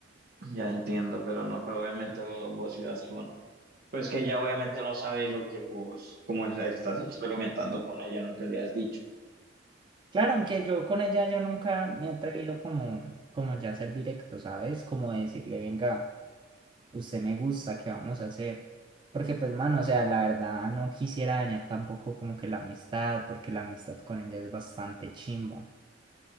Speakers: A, on the right (about 55°); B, on the right (about 25°).
A: ya entiendo, pero no, pues obviamente vos, vos ibas con- Pues que ella obviamente no sabe lo que vos, cómo es- estás experimentando con ella, nunca le has dicho.
B: Claro, aunque yo con ella yo nunca me he atrevido como, como ya a ser directo, ¿sabes? Como decirle, venga. usted me gusta, ¿qué vamos a hacer? Porque pues, mano, o sea, la verdad no quisiera dañar tampoco como que la amistad, porque la amistad con ella es bastante chimba.